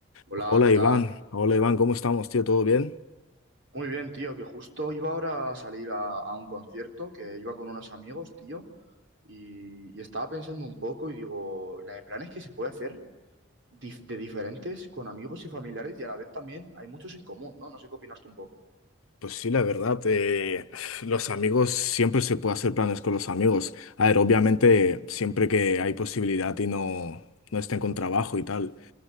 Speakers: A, on the right; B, on the left.
A: Hola,
B: Hola
A: ¿qué
B: Iván,
A: tal?
B: hola Iván, ¿cómo estamos, tío? ¿Todo bien?
A: Muy bien, tío, que justo iba ahora a salir a, a un concierto, que iba con unos amigos, tío, y, y estaba pensando un poco y digo, la de planes que se puede hacer dif- de diferentes con amigos y familiares y a la vez también hay muchos en común, ¿no? No sé qué opinas tú un poco.
B: Pues sí, la verdad, eh, los amigos, siempre se puede hacer planes con los amigos. A ver, obviamente, siempre que hay posibilidad y no, no estén con trabajo
A: Claro,
B: y tal.